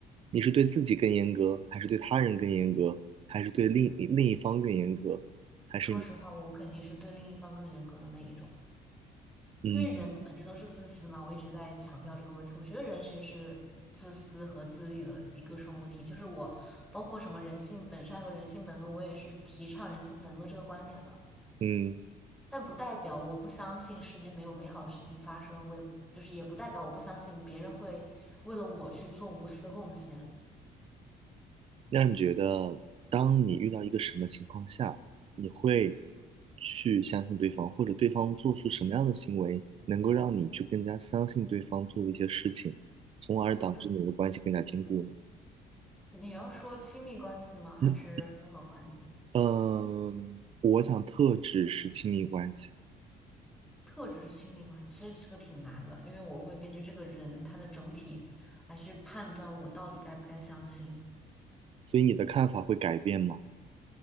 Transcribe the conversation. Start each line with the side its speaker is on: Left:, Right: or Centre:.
Right: 你是对自己更严格，还是对他人更严格，还是对另另一方更严格，还是你？
Centre: 说实话，我肯定是对另一方更严格的那一种，
Right: 嗯，
Centre: 因为人的本质都是自私嘛，我一直在强调这个问题。我觉得人其实是自私和自利的一个生物体，就是我包括什么人性本善和人性本恶，我也是提倡人性本恶这个观点的。
Right: 嗯，
Centre: 但不代表我不相信世界没有美好的事情发生，我也就是也不代表我不相信别人会为了我去做无私的贡献。
Right: 那你觉得，当你遇到一个什么情况下，你会去相信对方，或者对方做出什么样的行为，能够让你去更加相信对方做的一些事情，从而导致你们的关系更加坚固呢？
Centre: 我觉得你要说亲密关系吗？还是任何关系？
Right: 嗯，嗯，我想特指是亲密关系，
Centre: 特指是亲密关系，其实这个挺难的，因为我会根据这个人他的整体来去判断我到底该不该相信。
Right: 所以你的看法会改变吗？